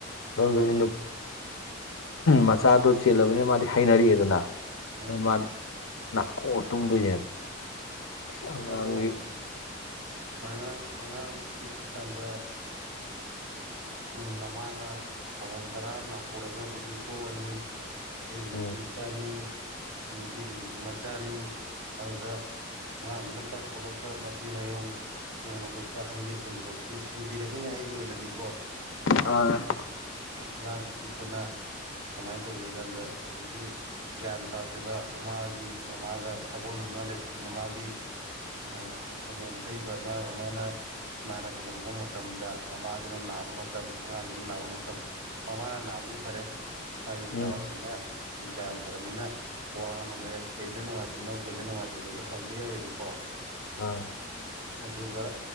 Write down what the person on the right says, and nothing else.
ꯎꯝ
ꯎꯝ
ꯑꯗꯣ ꯁꯨꯃꯥꯏꯅ ꯑꯉꯥꯡ ꯄꯤꯛꯏꯀꯥꯟꯗ ꯎ ꯃꯃꯥꯅ ꯊꯧꯕꯝ ꯇꯔꯥ ꯅꯥꯎ ꯄꯨꯔꯒꯕꯨꯗꯤ ꯄꯣꯛꯑꯅꯤ ꯑꯩꯒꯤꯁꯨ
ꯏꯆꯥꯅꯤ ꯅꯨꯄꯤꯗꯨꯒꯤꯁꯨ ꯃꯆꯥꯅꯤ ꯑꯗꯨꯗ ꯉꯥꯡ ꯑꯗꯨꯅ ꯀꯄ ꯃꯇꯤ ꯃꯌꯣꯡ ꯁꯦꯡꯕ ꯈꯣꯠꯄ ꯍꯪꯒꯦ ꯁꯤꯟꯕ ꯈꯣꯠꯄꯗꯨ ꯁꯤꯟꯕꯤꯔꯦꯅꯦ ꯑꯩꯒꯤ ꯑꯣꯏꯅꯗꯤꯀꯣ
ꯑꯉꯥꯡ ꯑꯄꯤꯣꯛꯄꯅ ꯀꯃꯥꯏꯅ ꯇꯧꯒꯦ ꯍꯥꯏ ꯀꯥꯟꯗ ꯍꯧꯖꯤꯛꯀꯤ ꯒ꯭ꯌꯥꯟ ꯇꯥꯗ꯭ꯔꯤꯕ ꯃꯃꯥꯒꯤ ꯃꯃꯥꯒ ꯁꯥꯒꯣꯟꯅꯅ ꯂꯩꯇ꯭ꯔꯤ ꯃꯃꯥꯒꯤ ꯗ ꯑꯁꯨꯝꯕ ꯌꯥꯝꯝꯊꯩꯕ ꯑꯉꯥꯡ ꯑꯃꯅ ꯅꯥꯔꯛ ꯌꯦꯛꯂꯛꯄ ꯃꯇꯝꯗ ꯃꯃꯥꯁꯤꯅ ꯅꯥꯕ ꯃꯇꯝ ꯑꯉꯥꯡꯁꯤꯡꯅ ꯅꯥꯕ ꯃꯇꯝ ꯃꯃꯥꯅ ꯅꯥꯕꯗꯤ ꯐꯔꯦ ꯃꯥꯗꯤ
ꯆꯥꯎꯔꯕꯅꯤꯅ ꯒ꯭ꯌꯥꯟ ꯇꯥꯔꯝꯃꯤꯅ ꯋꯥ ꯉꯝꯕ ꯌꯥꯏ ꯀꯩꯗ ꯅꯨꯡꯉꯥꯏꯇꯤꯅꯣ ꯀꯩꯗ ꯅꯨꯡꯉꯥꯏꯇꯅꯣꯗ ꯍꯪꯕ ꯌꯥꯏꯑꯕꯀꯣ
ꯑꯗꯨꯒ